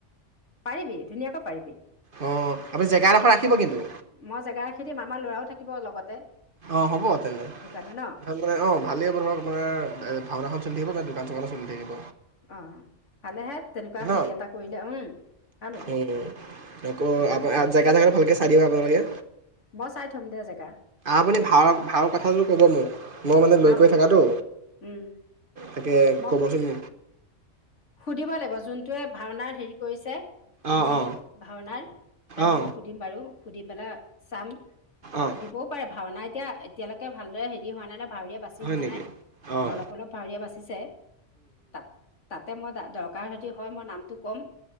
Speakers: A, on the left; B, on the right.
A: পাৰিবি ধুনীয়াকৈ পাৰিবি
B: অ' আপুনি জেগা এডোখৰ ৰাখিব কিন্তু।
A: মই জেগা ৰাখি দিম আমাৰ ল'ৰাও থাকিব লগতে।
B: অ' হ'ব তেনে
A: দোকানত
B: <inaudible>
A: ন
B: মানে অ' ভালেই হ'ব ধৰক আপোনাৰ ভাওনাখন চলি থাকিব দোকান চোকানো চলি থাকিব।
A: অ' ভালেহে তেনেকুৱা
B: ন
A: হেৰি এটা কৰিলে উম। ভাল হ'ব
B: উম আকৌ
A: দোকান চোকান
B: আ জেগা জেগাত ভালকে চাই দিব আপোনালোকে।
A: মই চাই থম দে জেগা।
B: আপুনি ভাও ভাওৰ কথাটো ক'ব মোক। মই মানে
A: ভাও
B: লৈ কৈ থাকাটো
A: উম,
B: তাকে
A: মই
B: কবচোন।
A: সুধিব লাগিব যোনটোৱে ভাওনাৰ হেৰি কৰিছে
B: অঁ
A: মেইন
B: অঁ
A: ভাওনাৰ তেওঁক
B: অঁ
A: মই সু সুধিম বাৰু সুধি পেলাই চাম বা
B: অঁ
A: দিব ভাওনা এতিয়া এতিয়ালৈকে ভালদৰে হেৰি হোৱা নাই ন ভাৱৰীয়া বা বেচি
B: হয়
A: হোৱা
B: নেকি
A: নাই
B: অঁ
A: অলপ অলপ ভাৱৰীয়া বাচিছে তাত। তাতে মই দৰকাৰ যদি হয় মই নামটো ক'ম।